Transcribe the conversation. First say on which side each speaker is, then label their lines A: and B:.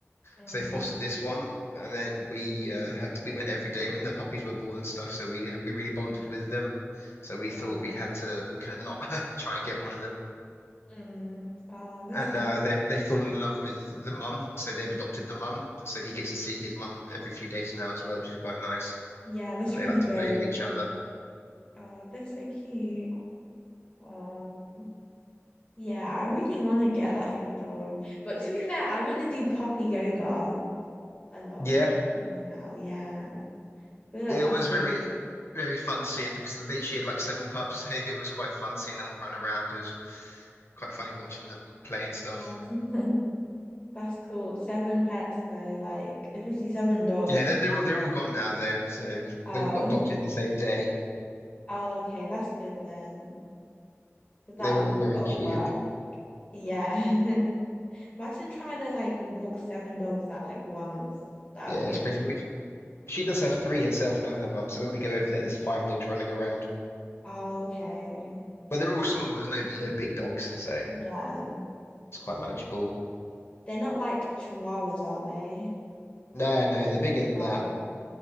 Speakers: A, on the left (about 25°); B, on the left (about 60°).
A: Mm.
B: So they fostered this one, and then we uh, had to, we went every day when the puppies were born and stuff. So we we really bonded with them. So we
A: Yeah.
B: thought we had to we couldn't not <laughs> try and get one of them.
A: Mm. Oh, that's
B: And
A: good.
B: now they've they've fallen in love with the mum, so they've adopted the mum. So he gets to see his mum every few days now as well, which is quite nice.
A: Yeah, that's
B: And
A: really
B: they like
A: good.
B: to play with each other.
A: Oh, that's so cute. Oh. Yeah, I really want to get like a dog. But to be fair, I want to do puppy yoga. a lot
B: Yeah,
A: more now. Yeah, I feel like
B: it
A: that's
B: was
A: so
B: very,
A: cute.
B: very fun seeing because I think she had like seven pups. <laughs> It was quite fun seeing them all run around. It was quite funny watching them play and stuff.
A: Oh, <laughs> that's cool. Seven pets though, like 57 dogs.
B: Yeah, they're, they're
A: Oh my
B: all they're
A: God.
B: all gone now though, so
A: Oh,
B: they all got adopted the same day.
A: oh, okay, that's good then, because that
B: They
A: would
B: were
A: be
B: all very
A: a lot
B: cute.
A: of work. Yeah, <laughs> imagine trying to like walk seven dogs at like once. That
B: Yeah,
A: would be
B: it's
A: an.
B: crazy. We, she does have three herself now, her mum. So when we go over there, there's five dogs running around.
A: Oh, okay.
B: Well, they're all small. There's no no big dogs, so
A: Yeah,
B: it's quite manageable.
A: they're not like chihuahuas, are they?
B: No, no, they're bigger than
A: Oh,
B: that,